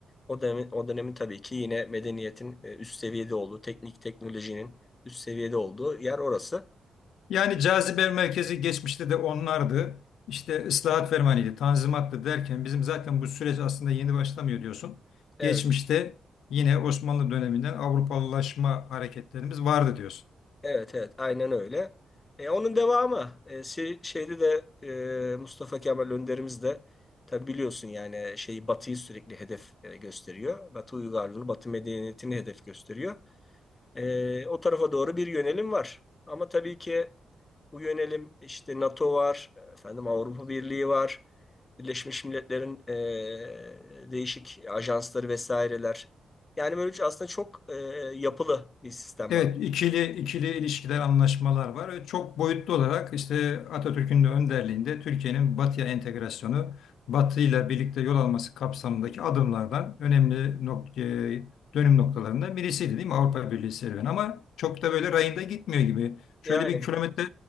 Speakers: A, on the left (about 30°); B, on the left (about 85°).
A: O dönemin, o dönemin tabii ki yine medeniyetin e, üst seviyede olduğu, teknik teknolojinin üst seviyede olduğu yer orası.
B: Yani cazibe merkezi geçmişte de onlardı. İşte ıslahat fermanıydı, tanzimattı derken bizim zaten bu süreç aslında yeni başlamıyor diyorsun.
A: Evet.
B: Geçmişte yine Osmanlı döneminden Avrupalılaşma hareketlerimiz vardı diyorsun.
A: Evet evet aynen öyle. E, onun devamı e, şey, şeyde de e, Mustafa Kemal Önderimiz de tabi biliyorsun yani şeyi Batı'yı sürekli hedef e, gösteriyor. Batı uygarlığını, Batı medeniyetini hedef gösteriyor. E, o tarafa doğru bir yönelim var. Ama tabii ki bu yönelim işte NATO var, efendim Avrupa Birliği var, Birleşmiş Milletler'in e, değişik ajansları vesaireler. Yani böyle aslında çok e, yapılı bir sistem
B: Evet,
A: var.
B: ikili ikili ilişkiler, anlaşmalar var. ve Çok boyutlu olarak işte Atatürk'ün de önderliğinde Türkiye'nin Batı'ya entegrasyonu, Batı ile birlikte yol alması kapsamındaki adımlardan önemli nok e, dönüm noktalarından birisiydi değil mi Avrupa Birliği serüveni? Ama çok da böyle rayında gitmiyor gibi. Şöyle
A: Yani
B: bir kilometre